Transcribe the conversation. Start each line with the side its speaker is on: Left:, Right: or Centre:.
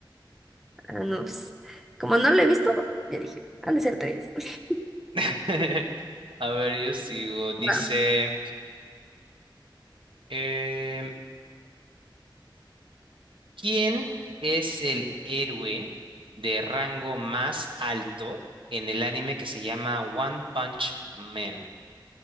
Centre: Ah, no, pues, como no lo he visto, yo dije, han de ser tres. <laughs>
Right: <laughs> A ver, yo sigo. Dice,
Centre: Va.
Right: em, ¿quién es el héroe de rango más alto en el anime que se llama One Punch Man?